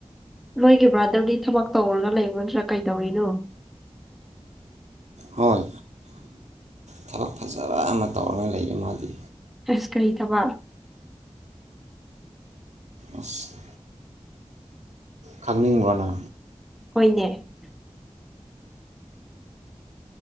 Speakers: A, in the centre; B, on the right.
A: ꯅꯣꯏꯒꯤ ꯕ꯭ꯔꯥꯗꯔꯗꯤ ꯊꯕꯛ ꯇꯧꯔꯒ ꯂꯩꯔꯨꯗ꯭ꯔꯥ ꯀꯩꯗꯧꯔꯤꯅꯣ
B: ꯍꯣꯏ ꯊꯕꯛ ꯐꯖꯕ ꯑꯃ ꯇꯧꯔꯒ ꯂꯩꯌꯦꯦ ꯃꯥꯗꯤ
A: ꯁ ꯀꯔꯤꯗꯕ
B: ꯑꯁ ꯈꯥꯪꯅꯤꯡꯤꯡꯕꯣꯅ
A: ꯍꯣꯏꯅꯦ